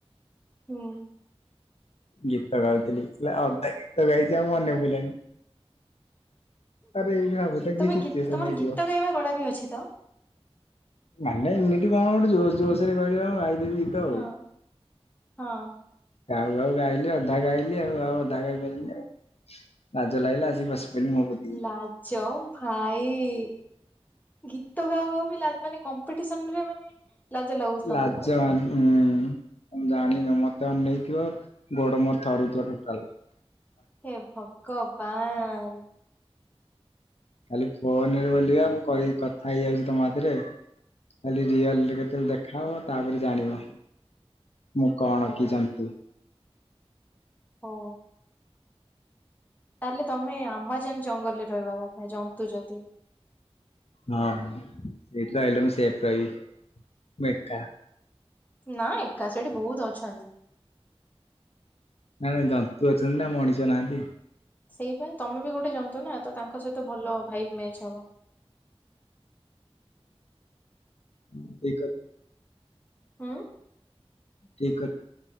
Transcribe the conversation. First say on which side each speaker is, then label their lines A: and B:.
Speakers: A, on the left; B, on the left.
A: ହୁଁ
B: ଗୀତ ଗାଉଥିଲି ହେଲା ଅଧା ଗୀତ ଗାଇଛି ଆଉ ମନେ ପଇଲାନି। ଆରେ ଏଇକ୍ଷିଣା ଭାବୁତା କି
A: ତମେ
B: ସିଚୁଏସନ
A: ଗୀ ତମର
B: ହେଇଥିବ?
A: ଗୀତ ଗାଇବା କଳା ବି ଅଛି ତ
B: ମାନେ ଏମିତି କଣ ଗୋଟେ ଜୋସ୍ ଜୋସରେ କହିଲି କଣ ଗାଇଦେବି। ଆଉ।
A: ହଁ, ହଁ।
B: ଗାଉ ଗାଉ ଗାଇଲି, ଅଧା ଗାଇଲି ଆଉ ଆଉ ଅଧା ଗାଇ ପାଇଲିନି ଆଉ, ଲାଜ ଲାଗିଲା ଆସିକି ବସି ପଇଲି ମୁହଁ ପୋ
A: ଲାଜ ଭାଇ ଇ, ଗୀତ ଗାଉ ଗାଉ ବି ଲାଜ୍ ମାନେ କମ୍ପିଟିସନରେ ମାନେ ଲାଜ ଲାଗୁଛି ତମକୁ
B: ଲାଜବାନ୍। ହୁଁ ତମେ ଜାଣିନ ମତେ ଅନେଇଥିବ ଗୋଡ ମୋର ଥରୁଥିବ ଟୋଟାଲ୍।
A: ହେ ଭଗବାନ!
B: କାଲି ଫୋନରେ ବୋଲିବା ମୁଁ କହି କଥା ହେଇଯାଉଛି ତମ ହାତରେ। ଖାଲି ରିଅଲରେ କେତେବେଳେ ଦେଖାହବ ତାପରେ ଜାଣିବ ମୁଁ କଣ
A: ହଉ
B: କି ଜନ୍ତୁ।
A: ହଁ ତାହେଲେ ତମେ ଆମାଜନ୍ ଜଙ୍ଗଲରେ ରହିବା କଥା ଜନ୍ତୁ ଯଦି।
B: ହଁ ସେଇଟି ରହିଲେ ମୁ ସେଫ୍ ରହିବି, ମୁ ଏକା।
A: ନାଁ ଏକା ସେଠି ବହୁତ ଅଛନ୍ତି।
B: ନାଇଁ ନାଇଁ ଜନ୍ତୁ ଅଛନ୍ତି ନା ମଣିଷ ନାହାନ୍ତି।
A: ସେଇପାଇଁ ତମେ ବି ଗୋଟେ ଜନ୍ତୁ ନା ତ ତାଙ୍କ ସହିତ ଭଲ ଭାଇବ୍ ମ୍ୟାଚ୍ ହବ।
B: ହଁ ଠିକ୍ କଥା।
A: ହୁଁ
B: ଠିକ୍ କଥା।